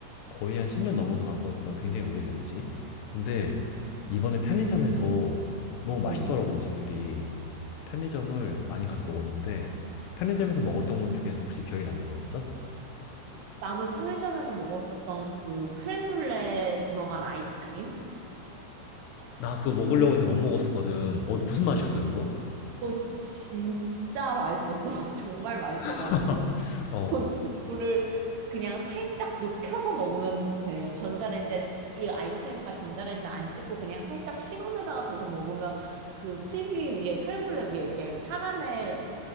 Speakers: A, on the left (about 80°); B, on the right (about 75°).
A: 거의 한 10년 넘어서 간 거니까 굉장히 오래전이지. 근데 이번에 편의점에서 너무 맛있더라고,
B: 어.
A: 음식들이. 편의점을 많이 가서 먹었는데, 편의점에서 먹었던 것 중에서 혹시 기억에 남는 거 있어?
B: 나는 편의점에서 먹었었던 그 크렘블레 들어간 아이스크림?
A: 나 그거 먹으려고 했는데 못 먹었었거든. 어, 무슨 맛이었어, 그거?
B: 그거 진짜 맛있었어. <laughs> 정말 맛있어가지고.
A: <laughs> 어.
B: 이거를 그냥 살짝 녹여서 먹으면 돼. 전자레인지에, 찌- 이 아이스크림이니까 전자레인지 안 찍고 그냥 살짝 실온에다가 둬서 먹으면 그 특이 위에, 크렘블레 위에 이렇게 카라멜